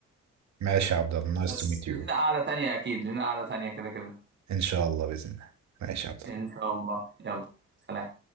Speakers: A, on the right; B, on the right.
A: ماشي يا عبد الله نايس
B: بس
A: تو ميت يو
B: لينا قعدة تانية أكيد لينا قعدة تانية كده كده
A: ان شاء الله باذن الله ماشي يا عبد الله
B: إن شاء الله يلا سلام